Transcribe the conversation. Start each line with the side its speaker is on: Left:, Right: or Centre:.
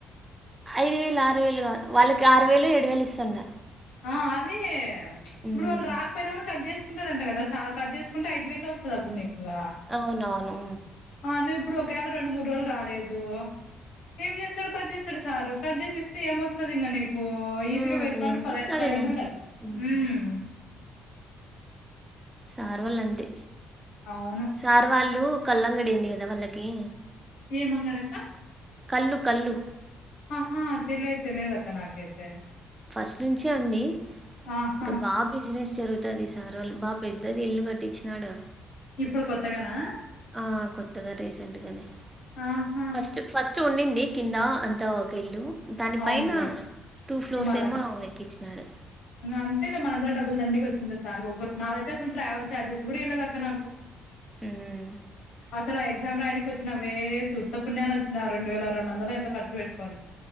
Right: ఐదు వేలు ఆరు వేలు గా వాళ్ళకి ఆరు వేలు ఏడు వేలు ఇస్తుండే
Left: ఆ అదే ఇప్పుడు
Right: హ్మ్
Left: వాళ్ళు రా పోయిన కట్ చేస్కుంటారంట కద సార్ కట్ చేస్కుంటే ఐదు వేలు ఒస్తదప్పుడు నీకు ఇంగ
Right: అవునవును
Left: ఆ నువ్విప్పుడు ఒకవేళ రెండు మూడు రోజులు రాలేదు ఏం చేస్తాడు కట్ చేస్తాడు సారు కట్ చేసిస్తే ఏమొస్తదింగ నీకు కూ
Right: హ్మ్
Left: ఈజీగా వెయ్యిరూపైలు
Right: హ్మ్. ఎంతొస్తది
Left: పదె పదయిదు
Right: దాంట్లో
Left: వందలు
Right: హ్మ్
Left: ఉమ్
Right: సార్ వాళ్ళు అంతే
Left: అవును
Right: సార్ వాళ్ళు కల్లంగిడి ఉంది కదా వాళ్ళకి
Left: ఎం అంగడి అక్క
Right: కల్లు కల్లు
Left: ఆహా తెలియదు తెలియదు అక్క నాకైతే
Right: ఫస్ట్ నుంచే ఉంది
Left: ఆహా
Right: ఇంకా బా బిజినెస్ జరుగుతది సార్ వాళ్ళు బా పెద్దది ఇల్లు కట్టించినాడు
Left: ఇప్పుడు కొత్తగానా
Right: ఆ కొత్తగా రీసెంట్గానే
Left: ఆహా
Right: ఫస్ట్ ఫస్ట్ ఉండింది కింద అంత ఒక ఇల్లు దానిపైన
Left: అవునులే
Right: టూ ఫ్లోర్స్
Left: ఇప్పుడు మళ్ళ
Right: ఏమో వే పిచ్చినాడు
Left: అంతేలే మనందరి డబ్బులు దండిగా వచ్చందా సార్ ఒకరు నాదైతే అసలు ట్రావెల్ చార్జెస్ కూడా ఇయ్యాలేదక్క
Right: హ్మ్
Left: అసలు ఆ ఎగ్జామ్ రాయనికి వచ్చ వచ్చిన వేస్ట్ ఉత్తవుణ్యన్న వచ్చిన రెండు వేల రెండు వందలు ఎంతో ఖర్చు పెట్టుకొని